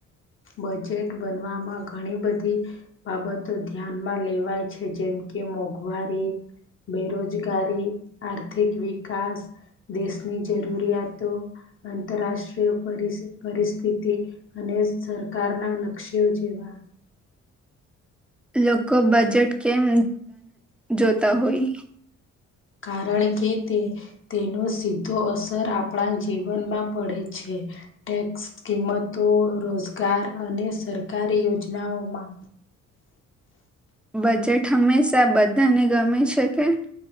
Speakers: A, on the left (about 40°); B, in the centre.
A: બજેટ બનવામાં ઘણી બધી બાબતો ધ્યાનમાં લેવાય છે, જેમ કે મોંઘવારી, બેરોજગારી, આર્થિક વિકાસ, દેશની જરૂરિયાતો, આંતરરાષ્ટ્રીય પરિસ્થિતિ અને સરકારના લક્ષ્યો જેવા.
B: લોકો બજેટ કેમ જોતા હોય?
A: કારણ કે, તે તેનો સીધો અસર આપણા જીવનમાં પડે છે. ટેક્સ કિંમતો, રોજગાર અને સરકારી યોજનાઓમાં
B: બજેટ હંમેશા બધાને ગમે છે.